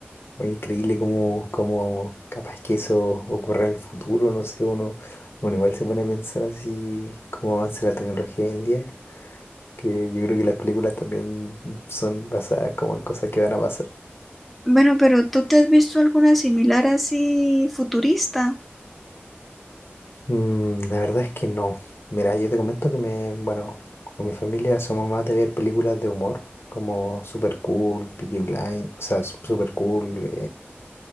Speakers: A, on the left; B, in the centre.
A: Fue increíble cómo, cómo capaz que eso ocurra en el futuro, no sé, uno, bueno, igual se pone a pensar así cómo avanza la tecnología hoy en día, que yo creo que las películas también son basadas como en cosas que van a pasar.
B: Bueno, pero ¿tú te has visto alguna similar así futurista
A: Mm, la verdad es que no. Mira, yo te comento que me, bueno, con mi familia somos más de ver películas de humor, como Super Cool, Peaky Blind, o sea, Super Cool,